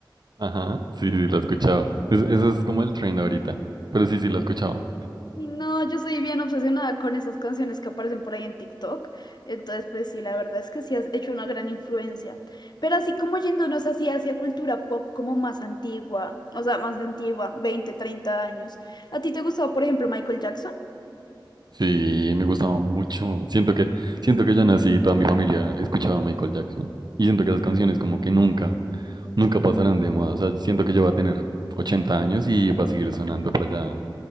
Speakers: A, on the right (about 55°); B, on the left (about 60°).
A: Ajá, sí, sí, lo he escuchado. Es- eso es como el trend ahorita. Pero sí, sí, lo he escuchado.
B: Y no, yo soy bien obsesionada con esas canciones que aparecen por ahí en TikTok. Entonces, pues sí, la verdad es que sí has hecho una gran influencia. Pero así como yéndonos así hacia cultura pop como más antigua, o sea, más antigua, veinte treinta años. ¿A ti te gustaba, por ejemplo, Michael Jackson?
A: Sí, me gustaba mucho. Siento que, siento que yo nací y toda mi familia escuchaba a Michael Jackson. Y siento que esas canciones como que nunca nunca pasarán de moda. O sea, siento que yo voy a tener 80 años y va a seguir sonando por allá